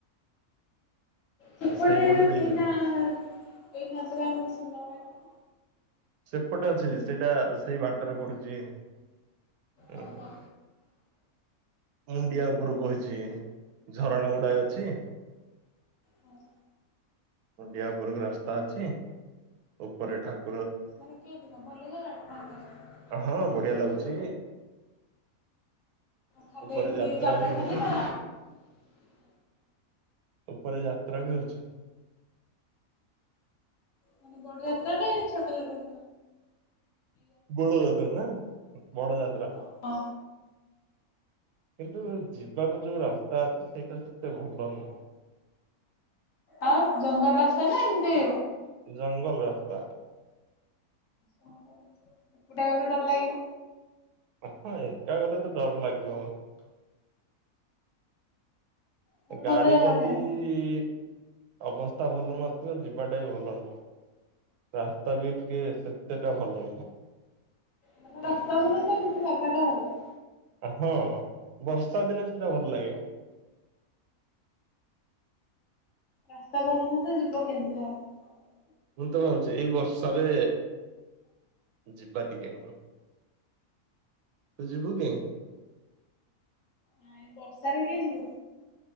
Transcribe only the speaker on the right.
ସେଇପଟେ
ଦେଇଯିବ
ସେପଟେ ଅଛି ସେଇଟା ସେଇ ବାଟରେ ପଡୁଛି। ହଁ।
ମୁଣ୍ଡିଆ ଉପର ବହିଛି ଝରଣା ଗୁଡାଏ ଅଛି।
ମୁୁଣ୍ଡିଆ ଉପରକୁ ରାସ୍ତା ଅଛି ଉପରେ ଠାକୁ
ହଁ ବଢିଆ ଲାଗୁଛି
ଉପରେ
ଯାତ୍ରା
ବି ହଉଛି
ଉପରେ ଯାତ୍ରା ବି ହଉଛି।
ବୋଡ ଯାତ୍ରା ନା ବଡ ଯାତ୍ରା।
କିନ୍ତୁ ଯିବାକୁ ଯୋଉ ରା ଟାକ୍ସ ସେଇଟା ସେତେ ଭଲ ନୁହୁଁ।
ଜଙ୍ଗଲ ରାସ୍ତା।
ହଁ ଏକା ଗଲେ ତ ଡର ଲାଗିବ।
ଗାଡି
ଯଦି
ଇ ଇ ଅବସ୍ଥା ଭଲ ନଥିବ ଯିବାଟା ବି ଭଲ ନୁହଁ। ରାସ୍ତା ବି ଟିକେ ସେତେ ଭଲ ନୁହଁ।
ହଁ ବର୍ଷା ଦିନେ ସେଟା ଭଲ ଲାଗେ।
ମୁଁ ତ ଭାବୁଛି ଏଇ ବର୍ଷାରେ ଯିବା ଟିକେ କ ତୁ ଯିବୁ କି?